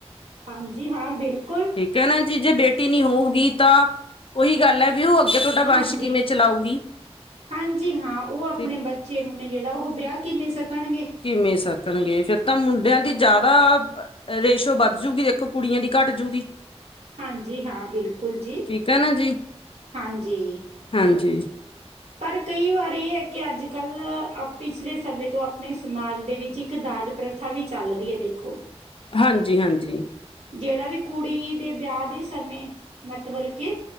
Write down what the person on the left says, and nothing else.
ਠੀਕ ਹੈ ਨਾ ਜੀ, ਜੇ ਬੇਟੀ ਨੀ ਹੋਊਗੀ ਤਾਂ, ਉਹੀ ਗੱਲ ਹੈ ਵੀ ਉਹ। ਤੇ ਤੁਹਾਡਾ
ਵੰਸ਼ ਕਿਵੇਂ ਚਲਾਊਗੀ।
ਤੇ
ਕਿਵੇਂ ਸਕਣਗੇ, ਫੇਰ ਤਾਂ ਮੁੰਡਿਆਂ ਦੀ ਜ਼ਿਆਦਾ ਆ। ਰੇਸ਼ੋ ਵੱਧ ਜੂਗੀ, ਦੇਖੋ ਕੁੜੀਆਂ ਦੀ ਘੱਟ ਜੂਗੀ।
ਠੀਕ ਹੈ ਨਾ ਜੀ
ਹਾਂਜੀ।
ਹਾਂਜੀ। ਹਾਂਜੀ।